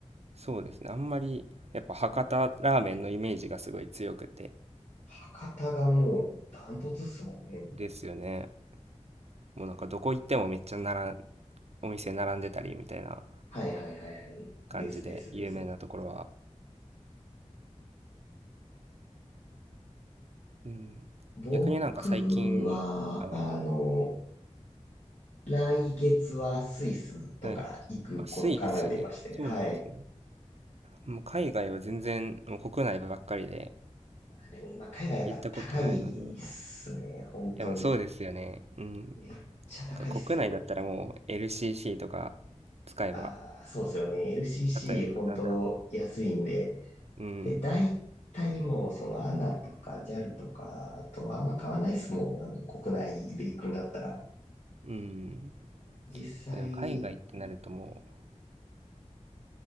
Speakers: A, on the right (about 60°); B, on the left (about 65°).
A: そうですねあんまりやっぱ博多ラーメンのイメージがすごい強くて
B: 博多がもうダントツっすもんね、もう。
A: ですよねもうなんかどこ行ってもめっちゃならお店並んでたりみたいな
B: はいはいはいはい。
A: 感じで有名なところは、
B: ですですです。
A: うん、
B: 僕は、
A: 逆になんか最近あ
B: あの、来月はスイスとか行くこと考えていまして、
A: はいあスイスにそうなんですね
B: はい。
A: もう海外は全然、もう国内ばっかりで、
B: でも今、海外やっぱ高いっすね、
A: 行ったことないので。い
B: 本当に。
A: や、まあそうですよね。うん。
B: めっちゃ高いっすよ。
A: なんか国内だったらもう LCC とか使えば、
B: ああ、そうっすよね。LCC、
A: 例えば、
B: 本当安いんで。
A: なんだろう。うん。
B: で、大体もう、その ANA とか JAL とかとあんま買わないっすもん。あの、国内で行くんだったら。
A: うん。
B: 実際、
A: でも海外ってなるともう、